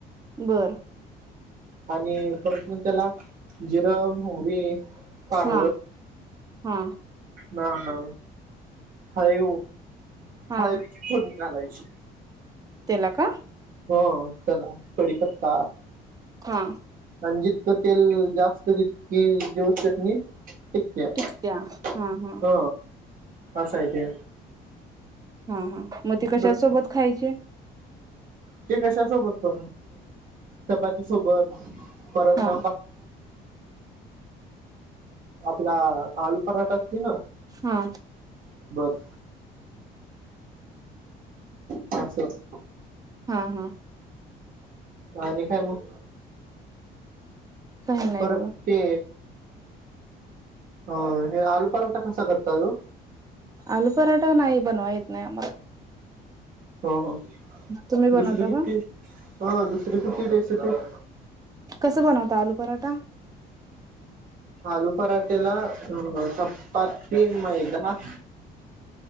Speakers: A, on the right (about 20°); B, on the right (about 55°).
A: बरं.
B: आणि परत मग त्याला जिरम मोी पर
A: हा हा
B: ह ह. हयू
A: हा
B: हयूची खूर् नि घालायची.
A: तला का?
B: हो चला कडी पत्ता
A: हा
B: आणिजितक तेल जास्त तितकीि देऊ शक नाही. ठीक आहे
A: टिकत्या हा हा
B: हो असा येत.
A: हा हा मग ते कशा
B: परत
A: सोबत खायचे.
B: ते कशा सोबत प चपाती सोबत परत
A: हा
B: ना. आपला आलू पराठा असतील ना.
A: हा.
B: बर. <unintelligible>
A: हा, हा.
B: आणि काय मग.
A: काही नाही
B: परत
A: बाबा.
B: ते, अ हे आलू पराठा कसा करता ओ.
A: आलू पराठा नाही. बनवायत नाही आम्हाला.
B: हो, हो,
A: तुम्ही बनवता
B: दुसरी कुठली
A: का
B: हा दुसरी कुठली रे. सती.
A: कसं बनवता आलू पराठा?
B: आलू पराठेला अ चपाती मैदा.